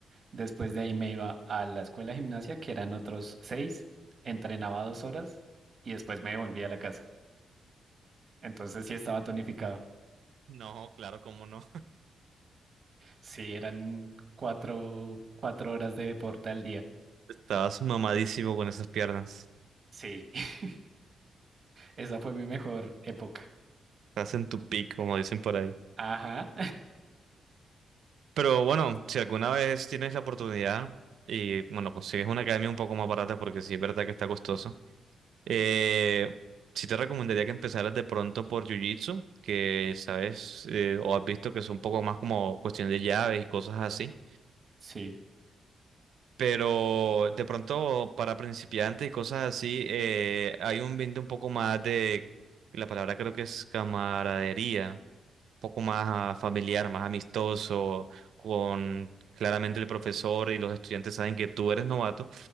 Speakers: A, on the right (about 45°); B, on the right (about 75°).
A: Después de ahí me iba a la escuela de gimnasia, que eran otros seis entrenaba dos horas y después me volvía a la casa. Entonces sí estaba tonificado.
B: No, claro, cómo no.
A: Sí, eran cuatro, cuatro horas de deporte al día.
B: Estabas mamadísimo con esas piernas.
A: Sí, <laughs> esa fue mi mejor época.
B: Estás en tu pico, como dicen por ahí.
A: Ajá,
B: Pero bueno, si alguna vez tienes la oportunidad y bueno, consigues una academia un poco más barata porque sí es verdad que está costoso, eh, sí te recomendaría que empezaras de pronto por Jiu-Jitsu, que sabes eh, o has visto que es un poco más como cuestión de llaves y cosas así.
A: <laughs> sí.
B: Pero de pronto para principiantes y cosas así, eh, hay un ambiente un poco más de, la palabra creo que es camaradería, un poco más ah, familiar, más amistoso, con claramente el profesor y los estudiantes saben que tú eres novato